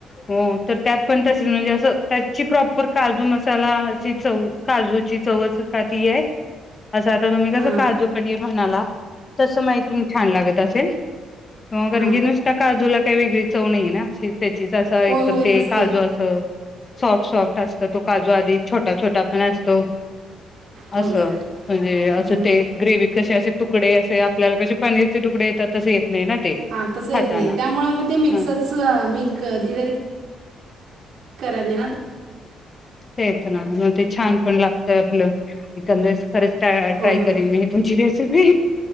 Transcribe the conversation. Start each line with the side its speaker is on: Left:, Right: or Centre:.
Left: हो, तर त्यात पण त म्हणजे असं, त्याची प्रॉपर काजू, मसाला अ चवं काजूची चवच का ती हाय, असं आता तुम्ही कसं
Right: हां
Left: काजू पनीर म्हणाला तस माहीती छान लागत असेल, कारण
Right: हां
Left: की नुस त्या काजूला काही वेगळी चव नाहीे ना, ही त्याचीच असा एक
Right: होय होय
Left: तर ते
Right: नसते
Left: काजू अस सॉफ्ट -सॉफ्ट असत तो काजू आधी छोटा -छोटा पण असतो.
Right: होय
Left: असं, म्हणजे असं
Right: हं.
Left: ते ग्रेवीत कसे असे तुकडे असे, आपल्याला कसे पनीरचे तुकडे येतात तसे येत नाही ना. ते
Right: हा तसं
Left: खाताना
Right: येत नाही, त्यामुळे म ते मिक्सच
Left: ह
Right: मी कधीतरी करल्यात.
Left: येत ना, म ते छान पण लागत आपलं, एखाद्या वेळेस परत
Right: होय
Left: ट्राय
Right: होय
Left: करीन मी तुमची रेसिपी,